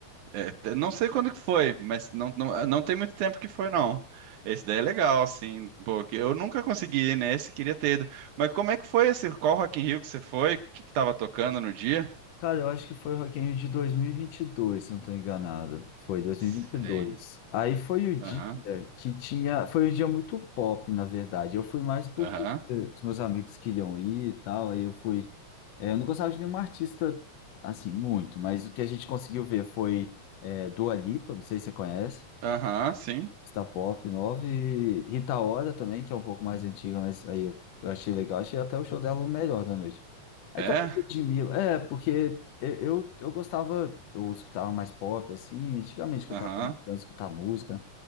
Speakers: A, on the right (about 85°); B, on the left (about 70°).
A: É, te- não sei quando que foi, mas não, não, ah, não tem muito tempo que foi, não. Esse daí é legal, assim, porque eu nunca consegui ir nesse, queria ter ido. Mas como é que foi esse? Qual Rock in Rio que você foi? O que que tava tocando no dia?
B: Cara, eu acho que foi o Rock in Rio de 2022, se não estou enganado. Foi 2022.
A: Sim.
B: Aí foi o dia
A: Aham,
B: que tinha... Foi um dia muito pop, na verdade. Eu fui mais porque
A: aham,
B: os meus amigos queriam ir e tal. Aí eu fui... é, eu não gostava de nenhum artista, assim, muito. Mas o que a gente conseguiu ver foi é, Dua Lipa, não sei se você conhece.
A: aham, sim.
B: Star Pop 9 e Rita Ora também, que é um pouco mais antiga, mas aí eu, eu achei legal, achei até o show dela o melhor da noite. Aí
A: É?
B: tocou Ludmilla, é, porque eu, eu, eu gostava, eu escutava mais pop, assim, antigamente que
A: Aham,
B: eu tava começando a escutar música,